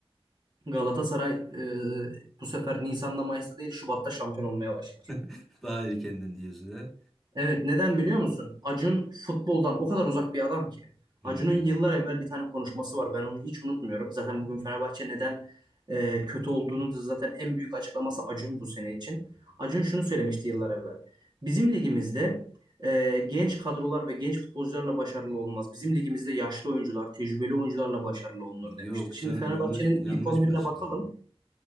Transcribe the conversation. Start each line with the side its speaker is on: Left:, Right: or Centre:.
Right: Galatasaray e, bu sefer Nisan'da Mayıs'ta değil Şubat'ta şampiyon olmaya başlar.
Centre: <laughs> Daha erkenden diyorsun ha?
Right: Evet neden biliyor musun? Acun futboldan o kadar uzak bir adam ki.
Centre: Hmm.
Right: Acun'un yıllar evvel bir tane konuşması var. Ben onu hiç unutmuyorum. Zaten bugün Fenerbahçe neden e, kötü olduğunu da zaten en büyük açıklaması Acun bu sene için. Acun şunu söylemişti yıllar evvel. Bizim ligimizde e, genç kadrolar ve genç futbolcularla başarılı olmaz. Bizim ligimizde yaşlı oyuncular, tecrübeli oyuncularla başarılı olunur
Centre: Yok
Right: demişti. Şimdi
Centre: canım
Right: Fenerbahçe'nin
Centre: yanlış yanlış
Right: ilk 11'ine
Centre: bir açıklama.
Right: bakalım.